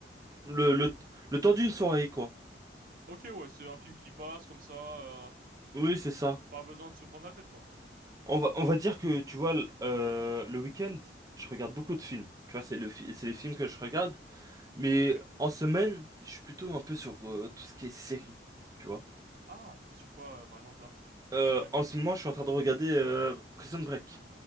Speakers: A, on the right (about 20°); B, on the right (about 50°).
A: le, le, le temps d'une soirée, quoi.
B: Ok, ouais, c'est un film qui passe comme ça, euh,
A: Oui, c'est ça.
B: pas besoin de se prendre la tête, quoi.
A: On va, on va dire que, tu vois, l- euh, le week-end, je regarde beaucoup de films. Tu vois, c'est le fi- c'est les films que je regarde. Mais
B: Ok.
A: en semaine, je suis plutôt un peu sur euh, tout ce qui est série, tu vois.
B: Ah, t'es sur quoi, euh, par exemple, là, cette
A: Euh,
B: semaine?
A: en ce moment, je suis en train de regarder euh, Prison Break.